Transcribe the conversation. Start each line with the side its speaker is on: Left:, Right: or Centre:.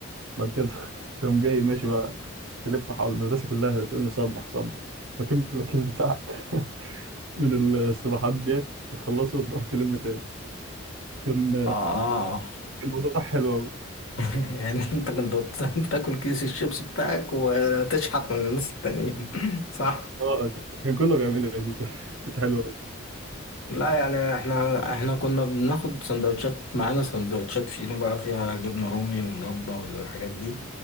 Right: بعد كده <laughs> تقوم جاي ماشي بقى تلف حول المدرسه كلها تقول له صبح صبح وتملى الكيس بتاعك <laughs> من الاستباحات ديت وتخلصه وتروح تلم تاني كان
Left: اه اه
Right: كان موضوع حلو قوي
Left: <laughs> يعني انت كنت بت- بتاكل كيس الشيبس بتاعك وتشحت من الناس التانيين <laughs> صح
Right: اه كان كان كله بيعملها دي كانت كانت حلوه قوي
Left: لا يعني احنا احنا كنا بناخد سندوتشات معانا سندوتشات فينو بقى فيها جبنة رومي ومربى والحاجات دي